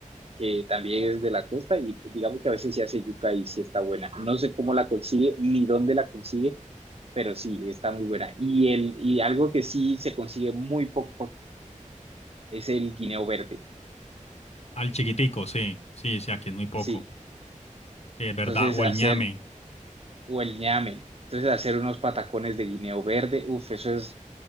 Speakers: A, on the right; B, on the left.
A: que también es de la costa y digamos que a veces sí hace yuca y sí está buena. No sé cómo la consigue ni dónde la consigue, pero sí está muy buena. Y, el, y algo que sí se consigue muy poco es el guineo verde.
B: Al chiquitico, sí, sí, sí, aquí es muy poco.
A: Sí,
B: Sí, es verdad.
A: entonces
B: O
A: hacer
B: el ñame.
A: o el ñame. Entonces, hacer unos patacones de guineo verde, uff, eso es